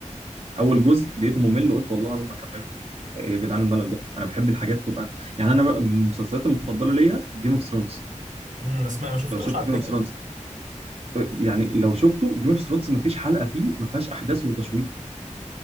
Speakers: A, on the right; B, on the right.
A: اول جزء لقيته ممل قلت والله العظيم ما اكمله ايه يا جدعان الملل ده انا بحب الحاجات تبقى يعني انا بقى المسلسلات المفضله ليا جيم اوف ثرونز
B: امم بس ما اسمع، ما شفتوش
A: لو شفت
B: على
A: جيم
B: فكرة
A: اوف ثرونز يعني لو شفته جيم اوف ثرونز ما فيش حلقه فيه ما فيهاش احداث وتشويق